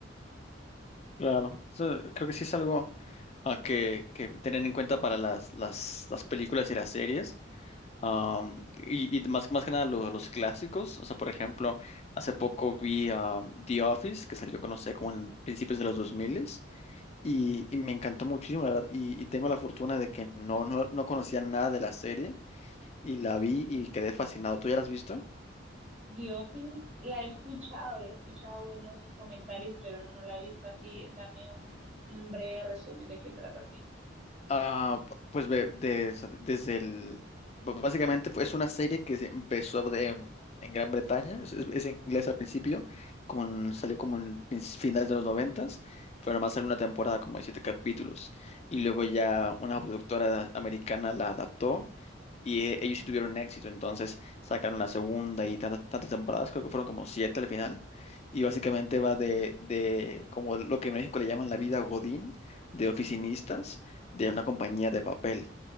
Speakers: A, on the left; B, on the right.
A: Claro, So, creo que sí es algo ah, que, que tener en cuenta para las, las, las películas y las series. Am, y, y más, más que nada lo- los clásicos. O sea, por ejemplo, hace poco vi ah, The Office, que salió, no sé, como en principios de los 2000 y, y me encantó muchísimo, la verdad. Y, y tengo la fortuna de que no, no, no conocía nada de la serie y la
B: Ajá.
A: vi y quedé fascinado. ¿Tú ya la has visto?
B: The Office la he escuchado y he escuchado buenos comentarios, pero no, no la he visto así. Dame un, un breve resumen de qué trata así.
A: Ah, pues ve- des- desde el... b- Básicamente fue- es una serie que se empezó de- en, en Gran Bretaña, es, es- es en inglés al principio, como en- salió como en princ- finales de los noventas, pero además salió una temporada como de siete capítulos. Y luego ya una productora americana la adaptó y eh, ellos sí tuvieron éxito, entonces sacaron la segunda y tantas, tantas temporadas, creo que fueron como siete al final. Y básicamente va de, de como lo que en México le llaman la vida Godín, de oficinistas de una compañía de papel